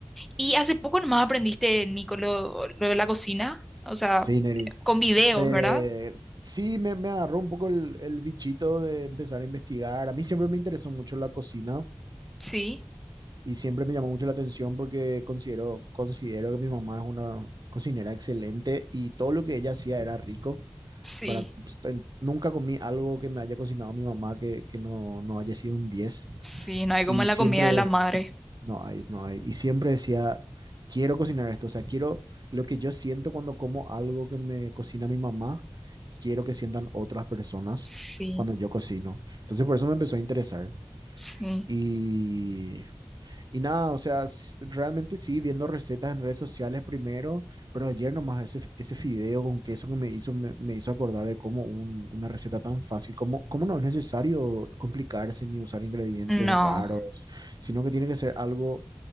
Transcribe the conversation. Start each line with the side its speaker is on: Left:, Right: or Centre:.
Centre: y hace poco nomás aprendiste, Nico, lo, lo de la cocina, o sea,
Right: Sí, Neri.
Centre: con videos,
Right: Eh,
Centre: ¿verdad?
Right: sí, me, me agarró un poco el, el bichito de empezar a investigar. A mí siempre me interesó mucho la cocina
Centre: Sí,
Right: y siempre me llamó mucho la atención porque considero, considero que mi mamá es una cocinera excelente y todo lo que ella hacía era rico.
Centre: sí,
Right: Estoy- nunca comí algo que me haya cocinado mi mamá que, que no, no haya sido un diez
Centre: sí, no hay
Right: Y
Centre: como la
Right: siempre,
Centre: comida de la madre,
Right: no hay, no hay. Y siempre decía, quiero cocinar esto. O sea, quiero lo que yo siento cuando como algo que me cocina mi mamá quiero que sientan otras personas
Centre: sí,
Right: cuando yo cocino. Entonces por eso me empezó a interesar.
Centre: sí.
Right: Y, y nada, o sea, s- realmente sí, viendo recetas en redes sociales primero, pero ayer nomás ese, ese fideo con queso que me hizo, me, me hizo acordar de cómo un- una receta tan fácil, cómo, cómo no es necesario complicarse ni usar ingredientes
Centre: No.
Right: raros, sino que tiene que ser algo